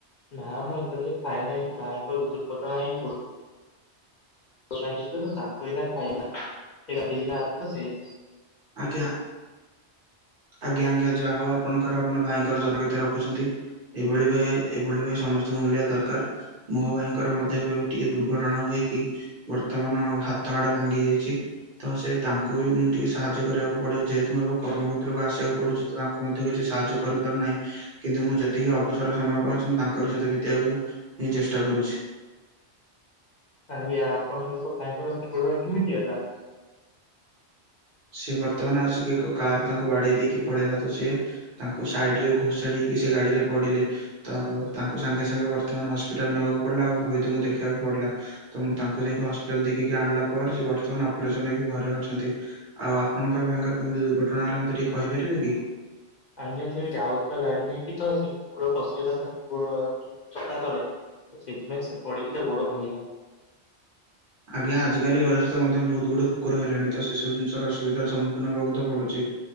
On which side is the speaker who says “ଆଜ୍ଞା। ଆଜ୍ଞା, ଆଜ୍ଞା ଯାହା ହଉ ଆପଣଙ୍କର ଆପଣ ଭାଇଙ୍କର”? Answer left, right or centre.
Right